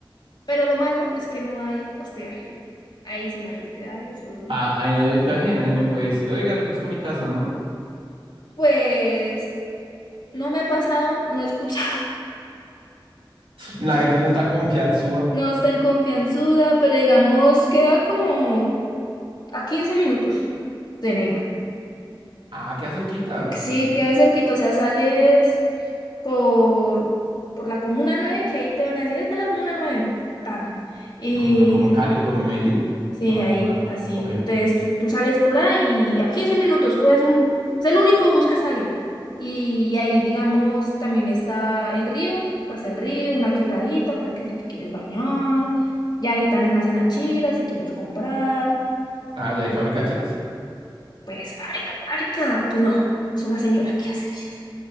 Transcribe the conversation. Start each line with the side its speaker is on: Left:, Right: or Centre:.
Left: Pero lo malo es que no hay hospedaje. Ahí sí no hay hospedaje, solo...
Right: Ah, ahí no hay hospedaje y nadie me puede decir, oiga, le presto mi casa, ¿no?
Left: Pues no me ha pasado, no he escuchado,
Right: La gente no está confianzúa.
Left: <laughs> no está en confianzuda, pero digamos queda como a 15 minutos de Neiva.
Right: Ah, queda cerquita.
Left: Sí,
Right: Eh,
Left: queda cerquita, o sea, sales por, por la Comuna nueve que ahí te van a decir, es de la Comuna nueve tan. y
Right: Como, en- como en Cali, como en Medellín.
Left: Sí,
Right: Con la
Left: ahí,
Right: comuna.
Left: así.
Right: Ok.
Left: Entonces tú, tú sales por ahí y a 15 minutos coges un... Es el único bus que sale. Y ahí, digamos, también está el río, pasa el río, una quebradita para que si te quieres bañar. Y ahí también hacen achiras si quieres comprar.
Right: Ah, ¿ya hay fábrica de chiras?
Left: Pues fábrica, fábrica. Pues no, es una señora que hace achiras.